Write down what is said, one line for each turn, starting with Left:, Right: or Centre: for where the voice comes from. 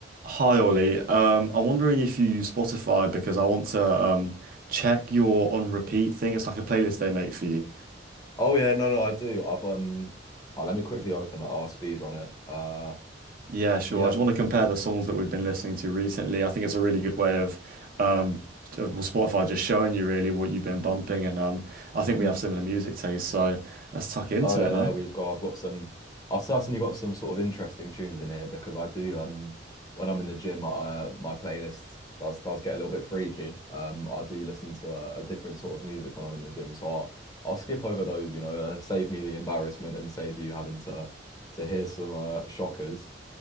Right: Hi Ollie. Um, I'm wondering if you use Spotify because I want to um check your on repeat thing. It's like a playlist they make for you.
Left: Oh yeah, no, no, I do. I've um, oh, let me quickly open that R speed on it. Uh,
Right: Yeah, sure.
Left: yeah.
Right: I just want to compare the songs that we've been listening to recently. I think it's a really good way of um of- well, Spotify just showing you really what you've been bumping and um I think
Left: Mm.
Right: we have similar music tastes, so let's tuck into
Left: Oh yeah,
Right: it
Left: there
Right: now.
Left: we've got. I've got some. I've certainly got some sort of interesting tunes in here because I do. Um, when I'm in the gym, uh, my playlist does does get a little bit freaky. Um, I do listen to a, a different sort of music when I'm in the gym, so I'll I'll skip over those. You know, uh, save me the embarrassment and save you having to to hear some uh, shockers.